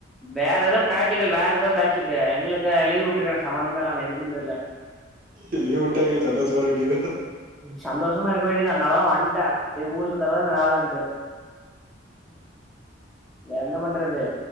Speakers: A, in the centre; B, on the right.
A: வேற ஏதோ பிராக்டிக்கல் வேற ஏதோ பேட்சுக்கு எங்ளுக்கு லீவ் வுட்டுருக்காங் சம்பந்தமே இல்லாம எதுக்குன் தெர்ல
B: ஏ லீவ் வுட்டா எங்கள சந்தோசோ பட வேண்டிய தா
A: சந்தோஷமா இருக்க வேண்டிய தா அதனால தா வந்ட்டே சேரி ஊரு சுத்துறதுதா இனி வேலன்ட்டு வேற என்ன பண்றது